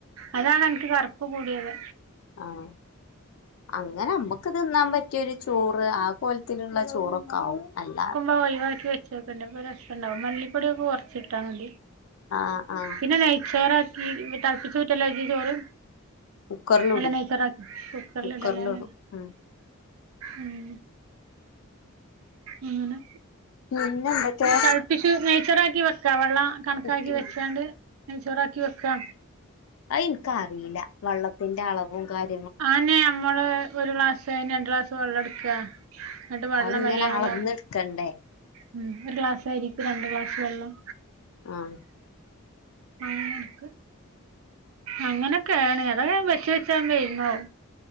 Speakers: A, on the right; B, on the left.
A: അതാണ് അന്ക്ക് കറുപ്പ് കൂടിയത്
B: ആഹ് അങ്ങനെ അമ്മക്ക് തിന്നാൻ പറ്റിയ ഒരു ചോറ് ആ പോല്ത്തിലുള്ള ചോറൊക്കെ ആവും അല്ല
A: പോ ഒഴിവാക്കി വെചോക്കണ്ടീ അപ്പൊ രസണ്ടാവും മല്ലിപ്പൊടിക്കെ കുറച്ച്ട്ടാമതി
B: ആഹ് ആഹ്
A: പിന്നെ നെയ്ച്ചോറാക്കി തളപ്പിചൂറ്റലാ ഇജ്ജ് ചോറ്
B: കുക്കറിലിടും
A: അല്ല നെയ്ചോറാക്കി കുക്കറിലിടാലെ
B: കുക്കറിലിടും ഉം
A: ഉം അങ്ങനെ
B: പിന്നെ എന്തൊക്കെ
A: അ തളപ്പിച്ചു നെയ് ചോറാക്കി വെക്ക വെള്ള കണക്കാക്കി
B: കുട്ടി
A: വെച്ചാണ്ട് നൈചോറാക്കിവെക്കാ
B: അ ഇൻക്അറീല വള്ളത്തിന്റെ അളവും കാര്യ
A: ആനെ അമ്മള് ഒരു ക്ലാസ് അന് രണ്ട് ക്ലാസ് വെള്ളം എട്ക ഇന്നെട്ട് വെള്ളം
B: അത് ഇങ്ങനെ
A: വലിയാൻ
B: അളന്നെടുക്കണ്ടേ
A: ഉം ഒരു ക്ലാസ് അരിക്ക് രണ്ട് ക്ലാസ് വെള്ളം
B: ആഹ്
A: അങ്ങനെക്ക് അങ്ങനൊക്കേണ് അതാ വെച്ച് വെചാണ്ട് എയിമാവും